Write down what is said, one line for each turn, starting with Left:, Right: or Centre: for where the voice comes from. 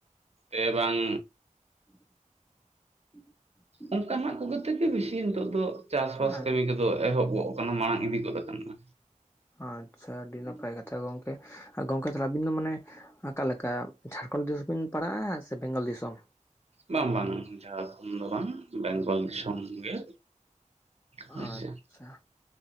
Right: ᱛᱮᱵᱟᱝ᱾
Left: <inaudible>
Right: ᱚᱱᱠᱟᱱᱟᱜ ᱠᱚᱜᱮ ᱛᱮ ᱜᱮ ᱵᱮᱥᱤ ᱱᱤᱛᱚᱜ ᱫᱚ ᱪᱟᱥᱵᱟᱥ
Left: ᱟᱨ
Right: ᱠᱟᱹᱢᱤ ᱠᱚ ᱫᱚ ᱮᱦᱚᱵᱚᱜ ᱠᱟᱱᱟ ᱢᱟᱲᱟᱝ ᱤᱫᱤ ᱜᱚᱫ ᱠᱟᱱᱟ᱾
Left: ᱟᱪᱪᱷᱟ ᱟᱹᱰᱤ ᱱᱟᱯᱟᱭ ᱠᱟᱛᱷᱟ ᱜᱚᱝᱠᱮ ᱟᱨ ᱜᱚᱢᱠᱮ ᱛᱟᱦᱞᱮ ᱟᱵᱤᱱ ᱫᱚ ᱢᱟᱱᱮ ᱚᱠᱟᱞᱮᱠᱟ ᱡᱷᱟᱲᱠᱷᱚᱸᱰ ᱫᱤᱥᱚᱢ ᱵᱤᱱ ᱯᱟᱲᱟᱜᱼᱟ᱾ ᱥᱮ ᱵᱮᱝᱜᱚᱞ ᱫᱤᱥᱚᱢ
Right: ᱵᱟᱝ ᱵᱟᱝ ᱡᱷᱟᱲᱠᱷᱚᱸᱰ ᱫᱚ ᱵᱟᱝ ᱵᱮᱝᱜᱚᱞ ᱫᱤᱥᱚᱢ ᱜᱮ᱾ ᱦᱳᱭᱥᱮ
Left: ᱟᱪᱪᱷᱟ